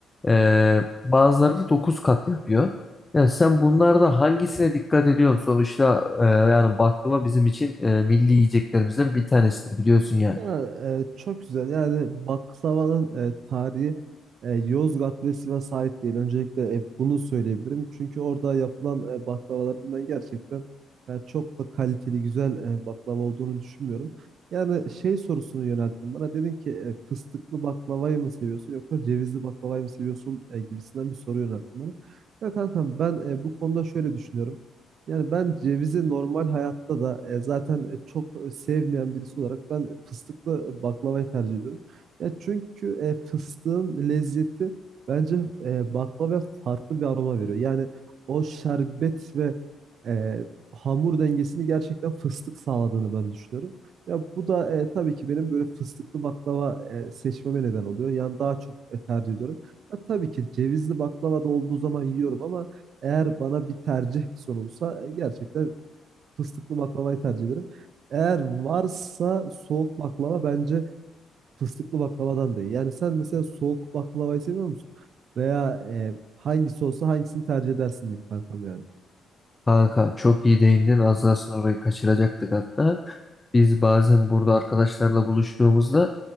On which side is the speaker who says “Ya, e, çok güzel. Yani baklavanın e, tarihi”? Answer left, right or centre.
Right